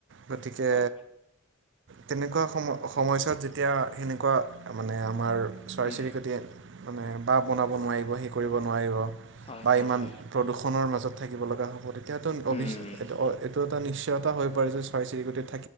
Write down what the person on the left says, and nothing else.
হয়
উম
হয়
হয়
হয়
উম